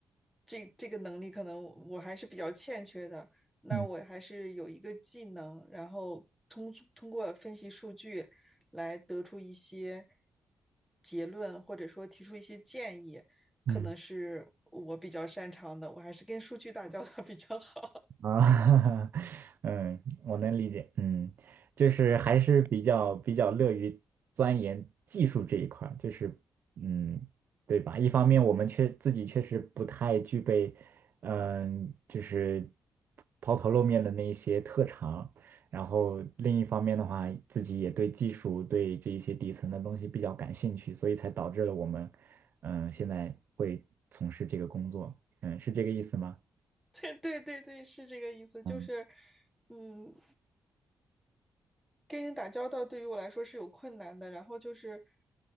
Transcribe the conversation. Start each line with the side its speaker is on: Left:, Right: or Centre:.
Centre: 这这个能力可能我还是比较欠缺的。那我还是有一个技能，
Right: 嗯
Centre: 然后通通过分析数据来得出一些结论，或者说提出一些建议，可能是我比较擅长的，
Right: 嗯。
Centre: 我还是跟数据打交道比较好。
Right: 啊，<laughs> 嗯，我能理解，嗯，就是还是比较比较乐于钻研技术这一块儿，就是嗯，对吧？一方面我们确自己确实不太具备，嗯，就是抛头露面的那一些特长，然后另一方面的话，自己也对技术对这一些底层的东西比较感兴趣，所以才导致了我们嗯现在会从事这个工作，嗯，是这个意思吗？
Centre: 对对对对，是这个意思，就是，
Right: 嗯。
Centre: 嗯，跟人打交道对于我来说是有困难的，然后就是